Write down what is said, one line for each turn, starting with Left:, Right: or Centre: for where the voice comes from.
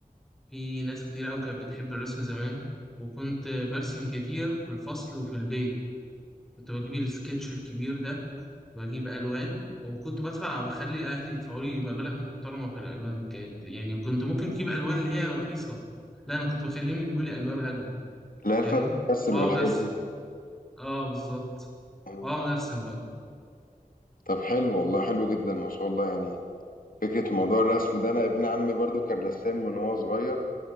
Centre: في ناس كتير أوي كانت بتحب الرسم زمان وكنت برسم كتير في الفصل وفي البيت كنت بجيب السكتش الكبير ده بجيب ألوان وكنت بدفع وبخلي أهلي يدفعوا لي مبالغ محترمة في الألوان كانت يعني كنت ممكن أجيب ألوان اللي هي رخيصة لا أنا كنت بخليهم يجيبوا لي ألوان غالية
Left: اللي هي الفا
Centre: فاهمني
Left: بتمثل
Centre: وأقعد
Left: والحاجات
Centre: أرسم
Left: دي
Centre: أه بالظبط
Left: مم.
Centre: وأقعد أرسم بقى
Left: طب حلو والله حلو جدا ما شاء الله يعني فكرة موضوع الرسم ده أنا ابن عمي برضو كان رسام من وهو صغير